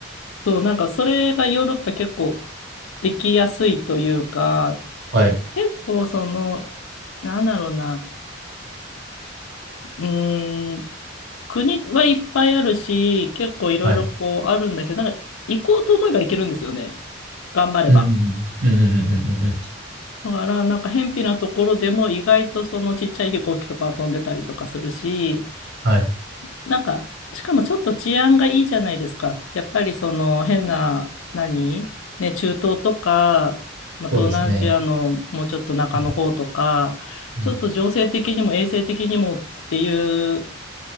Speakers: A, on the left (about 85°); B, on the right (about 60°).
A: そう、なんかそれがヨーロッパ結構できやすいというか、
B: はい、
A: 結構その、なんだろうな、うーん、国はいっぱいあるし、結構いろいろこうあるんだけど、
B: はい。
A: なんか行こうと思えば行けるんですよね。頑張れば。
B: うん、うん、うん、うん、うん、うん。
A: だから、なんか、辺鄙なところでも意外とそのちっちゃい飛行機とか飛んでたりとかするし、
B: はい。
A: なんか、しかもちょっと治安がいいじゃないですか。やっぱりその変な、何ね、中東とか、まあ、
B: そうですね。
A: 東南アジアのもうちょっと中の方とか、
B: うん、うん、
A: ちょっと情勢的にも衛生的にもっていう